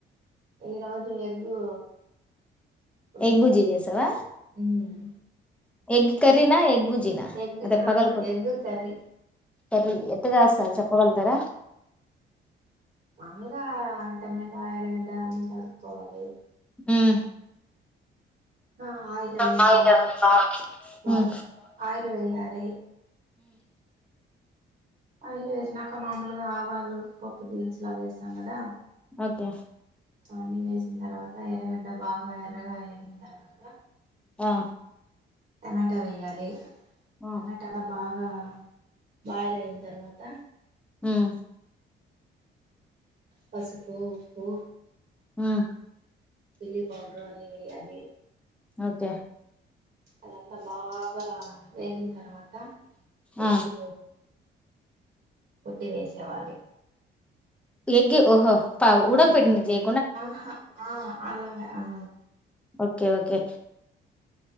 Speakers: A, on the right; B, in the centre.
A: ఈ రోజు ఎగ్గు పులుసు
B: ఎగ్ బుజి చేసవా
A: హ్మ్
B: ఎగ్ కర్రీనా ఎగ్ బుజిన
A: ఎగ్
B: అదే
A: ఆహా
B: పగల్
A: ఎగ్ కర్రీ
B: సర ఎట్ జాస్త స చెప్పగలుతారా
A: నగ టమెటా ఎరగడ్డ అన్ని తరుక్కోవాలి
B: హ్మ్
A: ఆ ఆయిల్
B: ఉమ్.
A: బాగు
B: ఉమ్.
A: బాగున్నా ఆయిల్ వేయాలి ఆ ఇల్లు వేసినాక మాముూలుగా ఆవాలు పప్పు దినుసులు అవి వేస్తాం కదా
B: అగే
A: అన్నీ వేసిన తర్వాత ఎరగడ్డ బాగా ఎర్రగా వేగిన తర్వాత
B: ఆ
A: టమేటా వేయాలి
B: ఆ
A: టమెటాలా బాగా బాయిల్ అయిన తర్వాత
B: ఉమ్
A: పసుపు ఉప్పు
B: హ్మ్
A: చిల్లీ పౌడరు అన్ని వెయ్యాలి
B: ఓకే
A: అదంతా బాగా వేగిన తర్వాత త
B: ఆ
A: ఎగు కుట్టి వేసేవాళ్ళి
B: ఎగ్ ఓహో పా ఉడక పెట్టింది జ
A: అహా ఆ అలాగే ఆ
B: ఓకే ఓకే